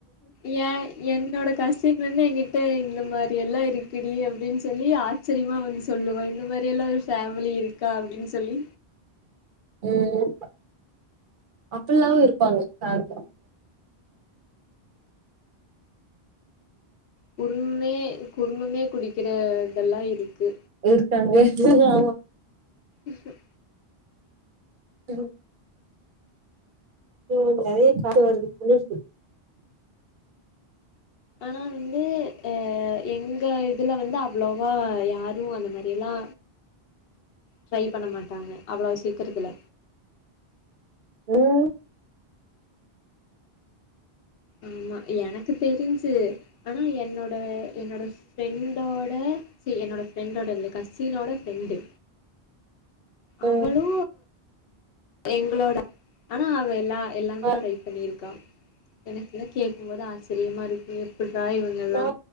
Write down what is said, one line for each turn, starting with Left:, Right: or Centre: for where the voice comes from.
Left: ஏ என்னோட கஷ் சீட் வந்து எங்ககிட்ட இந்த மாரி எல்லா இருக்குடி அப்படின் சொல்லி ஆ சரிமா வந்து சொல்லுவ இந்த மாரி எல்லா ஒரு ஃபேமிலி இருக்கா அப்டினு சொல்லி
Right: ம் அப்பல்லாவு இருபாங்க ஆளு
Left: குடும்மே குடும்பமே குடிக்கிற இதெல்லா இருக்கு
Right: இருகாங்க <unintelligible> ஆமா
Left: ம்
Right: <unintelligible> ம் நெறய கால்வருது பேசு
Left: ஆனா வந்து அ எங்க இதுல வந்து அவ்ளோவா யாரு அந்த மாரி எல்லா ட்ரை பண்ண மாட்டாங்க அவ்ளோ சீக்கறதுல்ல
Right: ம்
Left: ஆமா எனக்கு தெரிஞ்சு ஆனா என்னோட என்னோட ஃப்ரெண்டோட சி என்னோட ஃப்ரெண்டோட இல்ல கசினோட ஃப்ரெண்டு
Right: ம்
Left: அவளு எங்ளோட ஆனா அவ எல்லா எல்லாமே
Right: ஆ
Left: ட்ரை பண்ணியிருக்கா எனக்கு தா கேட்கும்போது ஆச்சரியமா இருக்கு அப்பிட்தா இவுங்கெல்லா
Right: நா